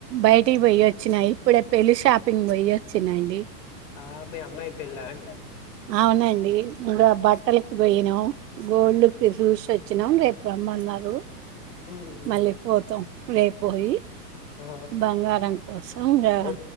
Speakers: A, on the right; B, on the left.
A: బయటికి పోయి వచ్చినాయి ఇప్పుడే పిలిసా అప్ పింగ్ వైఎ చిన్నయింది
B: ఆ మీ అమ్మాయి పెళ్ళ అండి
A: అవునండి ఇంకా బట్టలకి పోయినం గోల్డ్ కి చూస్ వాచ్ వచ్చినాం రేపు రమ్మన్నారు
B: ఉమ్,
A: మళ్ళీ పోతాం రేపు పోయి
B: ఆ
A: బంగారం కోసం ఇగా
B: ఎ-